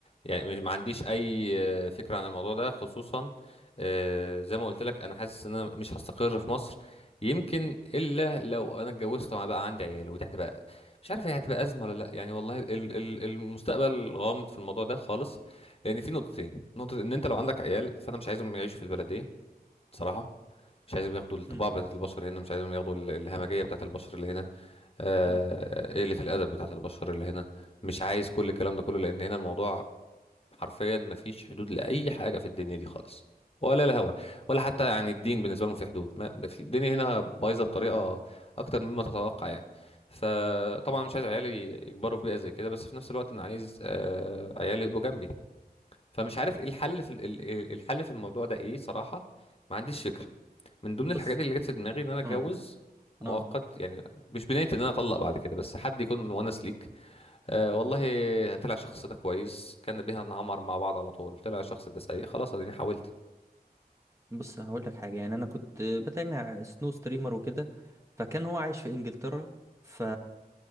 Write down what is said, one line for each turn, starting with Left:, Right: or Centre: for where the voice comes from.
Left: يعني مش- ما عنديش اي آه، فكرة عن الموضوع ده خصوصا آه، زي ما قلت لك انا حاسس ان انا مش هستقر في مصر يمكن الا لو انا اتجوزت وبقى عندي عيال ودي هتبقى مش عارف هي هتبقى ازمه ولا لا يعني والله ال- ال- المستقبل غامض في الموضوع ده خالص لان في نقطتين نقطه ان انت لو عندك عيال فانا مش عايزهم يعيشوا في البلد دي بصراحة مش عايزهم ياخدوا الطباع
Right: امم
Left: بتاعت البشر هنا مش عايزهم ياخدوا ال- الهمجية بتاعت البشر اللي هنا آه،
Right: امم
Left: قلة الأدب بتاعت البشر اللي هنا مش عايز كل الكلام ده كله لأن هنا الموضوع حرفيا مفيش حدود لأي حاجة في الدنيا دي خالص ولا الهوى ولا حتى يعني الدين بالنسبة لهم في حدود ما ما في الدنيا هنا بايظة بطريقة أكتر مما تتوقع يعني فطبعا مش عايز عيالي يكبروا في بيئة زي كده بس في نفس الوقت أنا عايز آه، عيالي يبقوا جنبي فمش عارف ايه الحل في ال- ال- الحل في الموضوع ده ايه صراحة ما عنديش فكرة من ضمن
Right: بص
Left: الحاجات اللي جت في دماغي ان انا اتجوز
Right: اه
Left: مؤقت
Right: اه
Left: يعني مش بنية ان انا اطلق بعد كده بس حد يكون مونس ليك آه والله طلع الشخص ده كويس كان بيها نعمر مع بعض على طول طلع الشخص ده سيء خلاص اديني حاولت
Right: بص هقول لك حاجه يعني انا كنت بتابع سنو ستريمر وكده فكان هو عايش في انجلترا ف